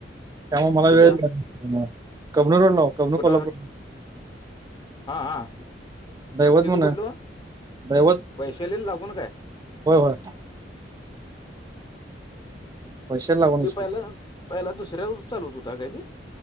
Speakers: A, on the right (about 20°); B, on the left (about 25°).
A: त्यामुळे मला
B: कुठं
A: वेळ ला कबनूर ला कबनूर
B: कुठं
A: कोल्हापूर.
B: हा हा!
A: दैवत
B: तिथु
A: म्हणून
B: कुठल
A: आहे दैवत
B: वैशालीला लागून काय?
A: होय होय पैशाला लागूनच
B: ते पहिला.
A: की
B: पहिला दुसऱ्या चालूत होता काय ते?